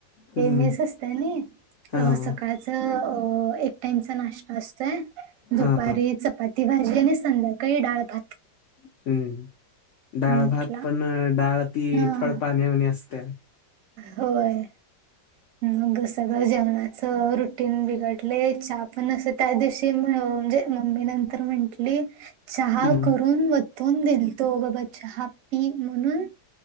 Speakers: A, on the left; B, on the right.
A: हम्म,
B: मेस असत ना
A: हां,
B: अ सकाळच एक टाइमचा नाश्ता असतोय दुपारी
A: हां,
B: चपाती भाजी आणि संध्याकाळी डळ भात
A: हम्म डाळ
B: म्हटला
A: भात पण डाळ ती
B: हा
A: फळ पाण्यावाणी असते
B: होय मग सगळं जेवणाच रुटीन बिघडले चा पण असं त्या दिवशी म्हणजे मम्मी नंतर म्हंटली चहा
A: हम्म,
B: करून दोन दिल तो ग ब हॅप्पी म्हणून